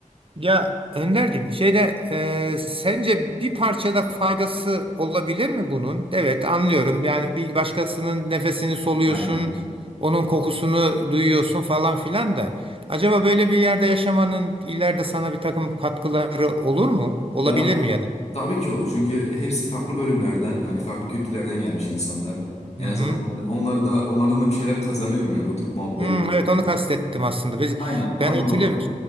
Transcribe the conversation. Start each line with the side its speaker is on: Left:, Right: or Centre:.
Right: Ya Önder'cim şeyde e, sence bir parçada faydası olabilir mi bunun? Evet anlıyorum yani bir başkasının nefesini soluyorsun,
Left: Aynen.
Right: onun kokusunu duyuyorsun falan filan da. Acaba böyle bir yerde yaşamanın ileride sana bir takım katkıları olur mu? Olabilir
Left: Ya
Right: mi ya da?
Left: tabii ki olur çünkü hepsi farklı bölümlerden hani farklı kültürlerden gelmiş insanlar. En
Right: Hı hı.
Left: azından onları, onları da onlardan da bir şeyler kazanıyorum yani oturup muhabbet
Right: Hmm,
Left: ediyorum.
Right: evet onu kastettim aslında. Biz,
Left: Aynen tam
Right: ben hatırlıyorum.
Left: da o.